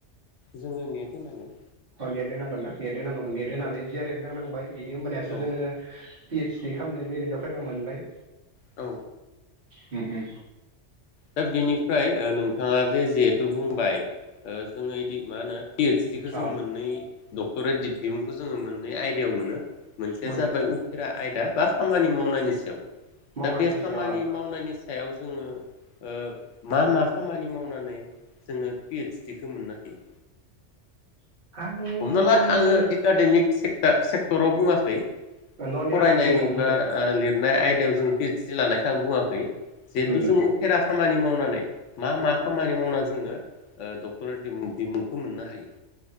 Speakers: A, on the left (about 80°); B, on the right (about 50°).
A: जोङो नेट होनांगोन
B: ओ नेद होनांगोनना नेट होनांगौमोन नेट दोनानै जियारेब नांनांबाय। बिनि होनबानियासो
A: औ
B: जोङो पि एडच डि खामनो मेरिटआव फैबा मोनबाय
A: औ
B: उम उम।
A: दा बिनिफ्राय नोंथाङा जे जिहेथु बुंबाय जोङो यिदि मा होनो? पि एडच डि खौ जों
B: अ
A: मोननै डक्टरेट दिडिग्रिखौ जोङो मोनैइ आय बेयाव मोनो मोनसेया
B: मोनो
A: जाबाय उफेरा आयदा बा खामानि मावनायनि सायाव
B: मावनायनि
A: दा बे खामानि
B: सायाव
A: मावनायनि सायाव जोङो ओ मा मा खामानि मावनानै जोङो पिएडसडिखौ मोननो हायो?
B: आं
A: हमनाला आङो एकाडेमिक से दा सेक्टराव बुङा खै
B: नन एकाडेमिकआव
A: फरायनाय
B: बुंदों
A: बा लिरनाय आयदायाव जों पि एडस डि लानाय आं बुङाखै जिहेथु
B: उम
A: जों उफेरा खामानि मावनो नानै मा मा खामानि मावनानै जोङो डक्ट'रेट दिमुंखौ मोननो हायो?